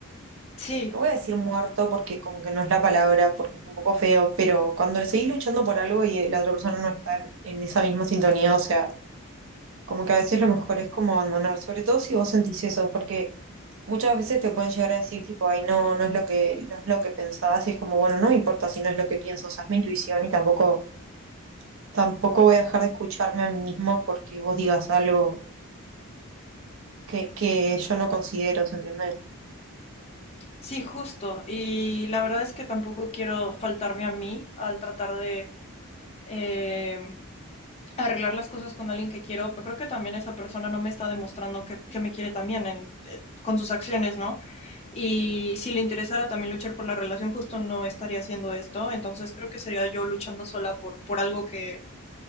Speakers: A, on the left (about 30°); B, on the right (about 60°).
A: Sí,
B: no voy a decir muerto porque como que no es la palabra, porque es un poco feo, pero cuando seguís luchando por algo y la otra persona no está en, en esa misma sintonía, o sea, como que a veces lo mejor es como abandonar, sobre todo si vos sentís eso, porque muchas veces te pueden llegar a decir tipo, ay, no, no es lo que, no es lo que pensabas, y es como, bueno, no me importa si no es lo que pienso, o sea, es mi intuición y tampoco, tampoco voy a dejar de escucharme a mí mismo porque vos digas algo. que, que yo no considero, ¿se entiende?
A: sí, justo. Y la verdad es que tampoco quiero faltarme a mí al tratar de... em, arreglar las cosas con alguien que quiero, pero creo que también esa persona no me está demostrando que, que me quiere también en, eh, con sus acciones, ¿no? Y si le interesara también luchar por la relación, justo no estaría haciendo esto, entonces creo que sería yo luchando sola por, por algo que,